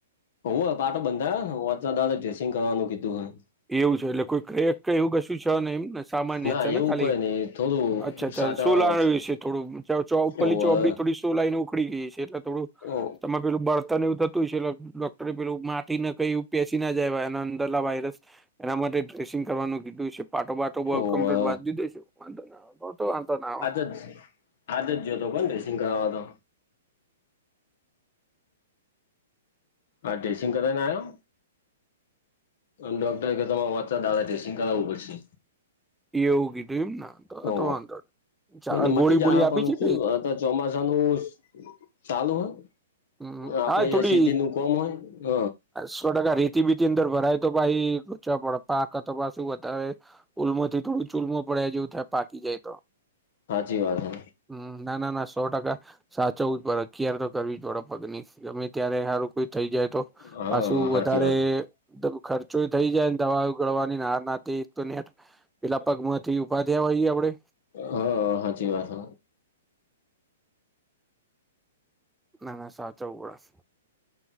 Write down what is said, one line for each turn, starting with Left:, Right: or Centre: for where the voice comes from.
Left: હ પાટો બંધાયોનેત ડ્રેસિંગ કરવાનું કીધું હ
Centre: એવું છે એટલે કોઈ ક એવું કશું છે ને એમને સામાન્ય
Left: ના
Centre: છે ને,
Left: એવું
Centre: ખાલી
Left: કઈ નહી થોડું
Centre: અચ્છા અચ્છા
Left: સાધારણ
Centre: શું લાય
Left: જ
Centre: છે થોડુ ઉપરલી
Left: ઓવે
Centre: ચોમડી થોડી શુંલાય ને ઉખડી ગઈ છે, એટલે થોડું
Left: ઓ
Centre: તમામાં પેલું બળતન એવું થુંય છે, એટલે ડોક્ટરે પેલું માટીથી ના કઈ પેેશસી ના જાય એના અંદર લ વાયરસ એના માટે ડ્રેસિંગ કરવાનું કીધું છે. પાટો બાટો
Left: ઓવે
Centre: કમપ્લીટ વાંધ દી દઈશું વાંધ નતો વાંધો નાવે.
Left: બ છે <unintelligible> હાજ જ જોયોતો હતો પણ ડ્રેસિંગ કરાવવા તો. હા ડ્રેસિંગ કરાના આયો.. ડોક્ટર કે તમારે વાચતા દાદા ટેસ્ટિંગ કરાવવું પડશે.
Centre: એવ કીધું એમ ને તો
Left: ઓ
Centre: તો વાંધો નઈ. ચા
Left: એટલે મતી
Centre: ગોળી
Left: જાહ
Centre: બોળી આપી
Left: પણ
Centre: છે
Left: શું
Centre: કઈ
Left: ચોમાસા નું ચાલુ હોય.
Centre: હમ
Left: આપડે
Centre: હા થોડી
Left: અહં શેતી નું કોમ હોય હ
Centre: સો ટકા રેતી બીતી અંદર ભરાય તો ભાઈ રચા પડ પાક તો શું વધારે ઉલ્મોથી થોડું ચુલમો પડ્યા જેવું થાય પાકી જાય તો
Left: હાચી વાત હે
Centre: હમ ના ના ના સો ટકા સાચવ જ પ અખિયાર તો કરવી જ પડે પગની ગમે ત્યારે સારું કોઈ થઈ જાય, તો
Left: હા
Centre: પાછું
Left: હાચી
Centre: વધારે
Left: વાત
Centre: ખર્ચો થઈ જાય ને દવા ઉગડવાની ના ના તો પેલા પગ તો ઉપાધ્યાવા હોઈએ આપણે
Left: હા સાચી વાત હ
Centre: ના ના સાચા ઉડસ